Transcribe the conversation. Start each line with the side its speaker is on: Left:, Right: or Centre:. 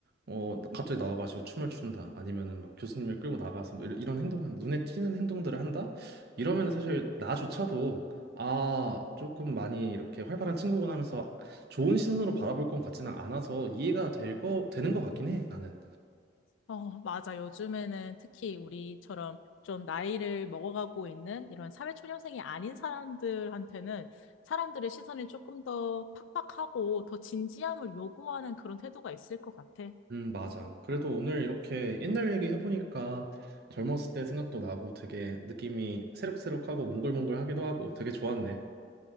Right: 어, 갑자기 나와가지고 춤을 춘다 아니면은 막 교수님을 끌고 나가서 뭐 이런, 이런 행동을 눈에 띄는 행동들을 한다 이러면은 사실 나조차도 아 조금 많이 이렇게 활발한 친구구나 하면서 좋은 시선으로 바라볼 것 같지는 않아서 이해가 될 거 되는 것 같긴 해 나는.
Left: 어, 맞아. 요즘에는 특히 우리처럼 좀 나이를 먹어가고 있는 이런 사회초년생이 아닌 사람들한테는 사람들의 시선이 조금 더 팍팍하고 더 진지함을 요구하는 그런 태도가 있을 것 같아.
Right: 음, 맞아. 그래도 오늘 이렇게 옛날 얘기 해보니까 젊었을 때 생각도 나고 되게 느낌이 새록새록하고 몽글몽글하기도 하고 되게 좋았네.